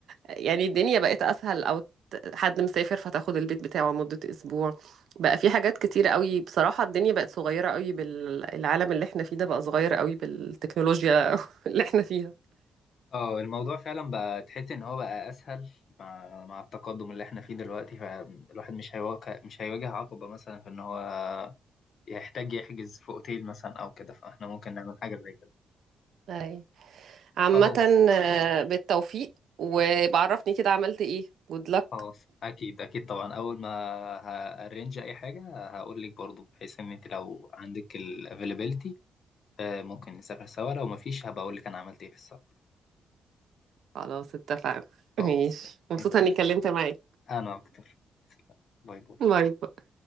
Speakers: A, on the right (about 70°); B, on the left (about 50°).
A: يعني الدنيا بقت أسهل أو ت- حد مسافر فتاخد البيت بتاعه مدة أسبوع بقى في حاجات كتير قوي بصراحة الدنيا بقت صغيرة قوي بالعالم اللي احنا فيه ده بقى صغير قوي بالتكنولوجيا <laughs> اللي احنا فيها
B: اه الموضوع فعلا بقى تحس ان هو بقى اسهل مع, مع التقدم اللي احنا فيه دلوقتي فالواحد مش هيواجه مش هيواجه عقبة مثلا في ان هو يحتاج يحجز في اوتيل مثلا او كده فاحنا ممكن نعمل حاجة زي كده
A: امم عامة
B: خلاص
A: آه، بالتوفيق وبعرفني كده عملت ايه good luck
B: خلاص اكيد اكيد طبعا اول ما هارينج اي حاجة هقول لك برضو بحيث ان انت لو عندك الافيلابيلتي ممكن نسافر سوا لو مفيش هبقى اقول لك انا عملت ايه في السفر
A: خلاص اتفقنا
B: خلاص
A: ماشي
B: تمام.
A: مبسوطة
B: اتفقنا.
A: اني اتكلمت معاك
B: انا اكتر باي باي
A: <laughs> باي باي